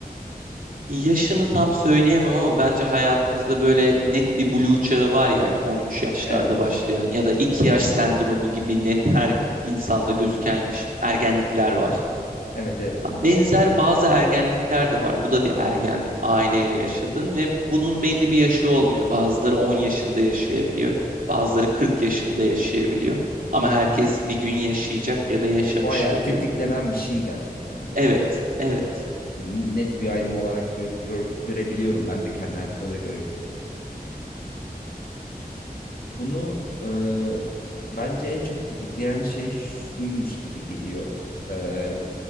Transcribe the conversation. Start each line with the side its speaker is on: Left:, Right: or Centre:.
Right: Yaşını tam söyleyemem ama bence hayatımızda böyle net bir blue çağı var yani 13 yaşlarda
Left: Evet.
Right: başlayan ya da 2 yaş sendromu gibi net her insanda gözüken ş- ergenlikler var.
Left: Evet evet.
Right: Ha, Benzer bazı ergenlikler de var. Bu da bir ergenlik. Aileyle yaşadın ve bunun belli bir yaşı olmuyor. Bazıları 10 yaşında yaşayabiliyor. Bazıları 40 yaşında yaşayabiliyor. Ama
Left: Hı hı.
Right: herkes bir gün yaşayacak ya da yaşamış
Left: Bu hayat
Right: oluyor.
Left: tetiklenen bir şey gerçekten bu.
Right: Evet, evet.
Left: N- Net bir ayrım olarak gö- gör- görebiliyorum. Ben de kendi hayatımda da görebiliyorum. Bunu e, bence en çok tetikleyen şey şuymuş gibi geliyor. E,